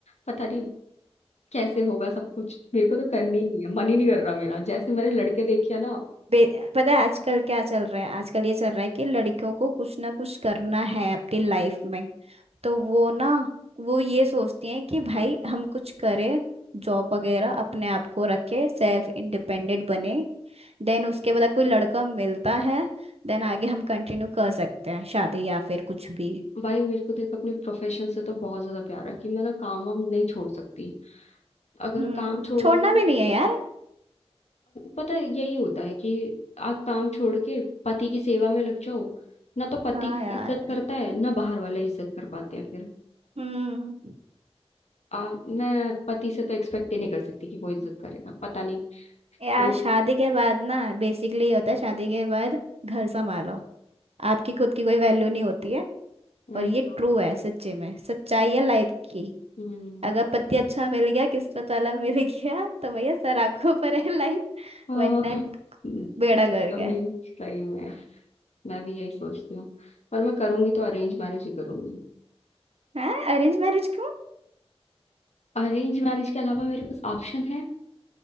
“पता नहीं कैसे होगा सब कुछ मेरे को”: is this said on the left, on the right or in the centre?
Left